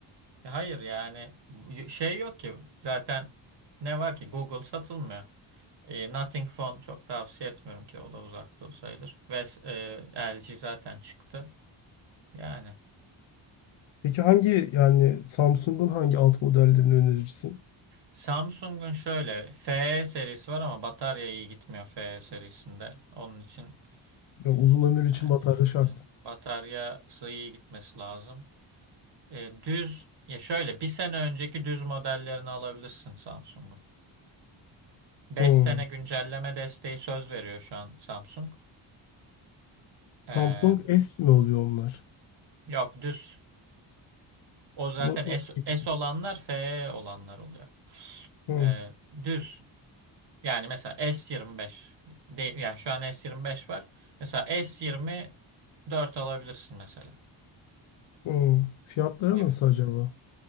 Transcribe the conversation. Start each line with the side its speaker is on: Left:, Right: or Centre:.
Right: Ya hayır yani y- şey yok ki zaten ne var ki Google satılmıyor. E, Nothing Phone çok tavsiye etmiyorum ki o da uzakta o sayılır. Ve e, LG zaten çıktı. Yani.
Left: Peki hangi yani Samsung'un hangi alt modellerini önerirsin?
Right: Samsung'un şöyle FE serisi var ama batarya iyi gitmiyor FE serisinde. Onun için e,
Left: Ya uzun ömür için
Right: yani
Left: batarya şart.
Right: ne- bataryası iyi gitmesi lazım. E, düz ya şöyle bir sene önceki düz modellerini alabilirsin Samsung'un. Beş
Left: Hmm.
Right: sene güncelleme desteği söz veriyor şu an Samsung.
Left: Samsung
Right: E,
Left: S mi oluyor onlar?
Right: yok düz. O zaten
Left: Na-
Right: S,
Left: Nasıl geçiyor?
Right: S olanlar FE olanlar oluyor.
Left: Hmm.
Right: E, düz Yani mesela S25 de, yani şu an S25 var. Mesela S24 alabilirsin mesela
Left: Hmm. Fiyatları
Right: gibi.
Left: nasıl acaba?